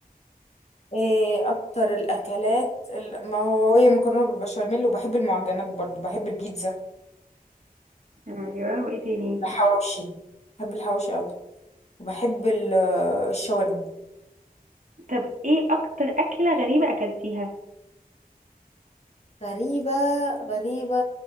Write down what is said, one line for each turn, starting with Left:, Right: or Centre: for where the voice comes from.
Left: ايه اكتر الاكلات ال- ما هو هي مكرونة بالبشاميل وبحب المعجنات برضو بحب البيتزا
Right: ايوه وايه تاني
Left: الحواوشي بحب الحواوشي قوي وبحب ال- الشاورما
Right: طب ايه اكتر اكله غريبه اكلتيها
Left: غريبة غريبة